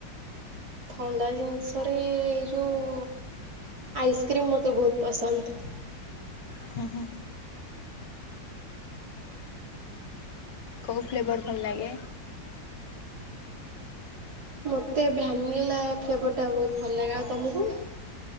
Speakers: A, on the right; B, on the left.
A: ଥଣ୍ଡା ଜିନିଷରେ ଯୋଉ ଆଇସ୍କ୍ରିମ୍ ମତେ ବହୁତ ପସନ୍ଦ।
B: ହୁଁ ହୁଁ କଉ ଫ୍ଲେବର ଭଲ ଲାଗେ?
A: ମତେ ଭାନିଲା ଫ୍ଲେର ଟା ବହୁତ ଭଲ ଲାଗା ଆଉ ତମକୁ?